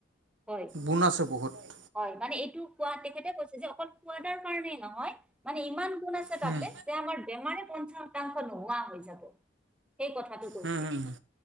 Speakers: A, in the centre; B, on the right.
A: হয়
B: বুণ আছে বহুত।
A: হয় মানে এইটো কোৱা তেখেতে কৈছে যে অকল খোৱাদাৰ কাৰণেই নহয় মানে ইমান গুণ আছে
B: হুম
A: তাতে যে আমাৰ বেমাৰ পঞ্চাশ শতাংশ নোহোৱা হৈ যাব। সেই কথাটো কৈছে।
B: হুম হুম